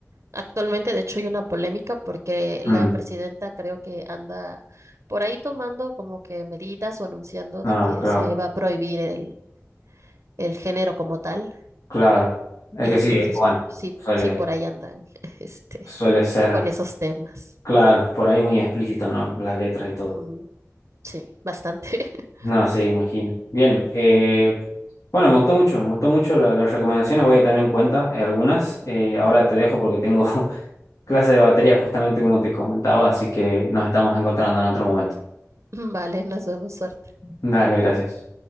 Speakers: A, on the right; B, on the left.
A: Actualmente, de hecho, hay una polémica porque la
B: Mm,
A: presidenta creo que anda por ahí tomando como que medidas o anunciando
B: ah,
A: de que
B: claro,
A: se va a prohibir el, el género como tal.
B: claro. Es
A: Entonces,
B: que sí, es bueno,
A: sí,
B: suele,
A: sí, por ahí andan, <laughs> este,
B: suele ser,
A: con esos temas.
B: claro, por ahí muy explícito, ¿no? Las letras y
A: Ujú,
B: todo.
A: Sí, bastante. <laughs>
B: No, sí, imagino. Bien, eh, bueno, me gustó mucho, me gustó mucho la- las recomendaciones, voy a tener en cuenta eh, algunas. Eh, ahora te dejo porque tengo <laughs> clase de batería, justamente como te comentaba, así que nos estamos encontrando en otro momento.
A: Vale, nos vemos, suerte.
B: Dale, gracias.